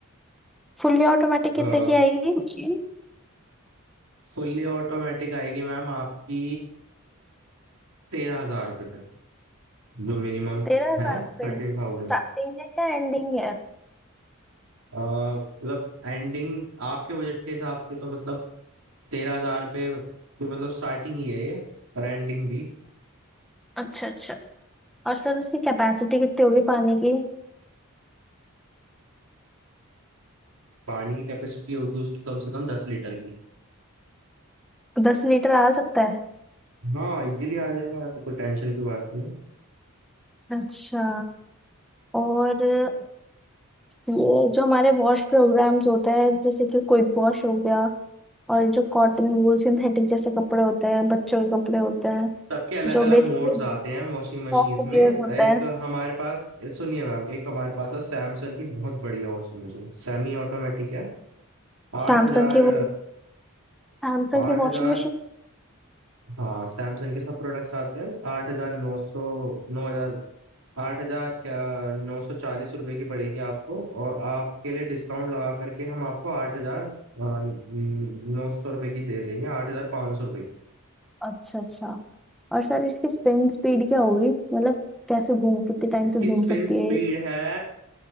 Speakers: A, in the centre; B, on the right.
A: फुली ऑटोमेटिक
B: मिलेगी
A: कितने की आएगी मशीन
B: फुल्ली ऑटोमेटिक आएगी मैम आपकी तेरह हजार रुपये तक की जो मिनिमम
A: तेरह हजार
B: है
A: पे
B: थर्टीन
A: स्टार्टिंग
B: थाउजेंड
A: है क्या एंडिंग है
B: मतलब एंडिंग आपके बजट के हिसाब से तो मतलब तेरह हजार पे ये मतलब स्टार्टिंग ही है ये और एंडिंग भी
A: अच्छा अच्छा और सर उसकी कैपेसिटी कितनी होगी पानी की
B: पानी की कैपेसिटी होगी उसकी कम से कम दस लीटर की
A: दस लीटर आ सकता है
B: हाँ इजीली आ जाएगा ऐसे कोई टेंशन की बात नहीं है
A: अच्छा और ये जो हमारे वॉश प्रोग्राम्स होता है जैसे कि क्विक वॉश हो गया और जो कॉटन वूल सिंथेटिक जैसे कपड़े होते हैं बच्चों के कपड़े होते हैं
B: सबके अलग
A: जो
B: अलग
A: बेसिकली
B: मोड्स आते हैं वॉशिंग
A: सॉफ्ट
B: मशीन्स में
A: वेयर
B: एक
A: होता है
B: हमारे पास सुनिए मैम एक हमारे पास है सैमसंग की बहुत बढ़िया वॉशिंग मशीन सेमी ऑटोमेटिक है आठ
A: सैमसंग
B: हजार
A: की वो सैमसंग
B: आठ
A: की वॉशिंग
B: हजार
A: मशीन
B: हाँ सैमसंग के सब प्रोडक्ट्स आते हैं आठ हजार नौ सौ नौ हजार आठ हजार क्या नौ सौ चालीस रुपए की पड़ेगी आपको और आपके लिए डिस्काउंट लगा करके हम आपको आठ हजार नौ सौ रुपए की दे देंगे आठ हजार पाँच सौ रुपए की
A: अच्छा अच्छा और सर इसकी स्पिन स्पीड क्या होगी मतलब कैसे घूम कितने टाइम
B: इसकी
A: तक घूम
B: स्पिन
A: सकती
B: स्पीड
A: है ये
B: है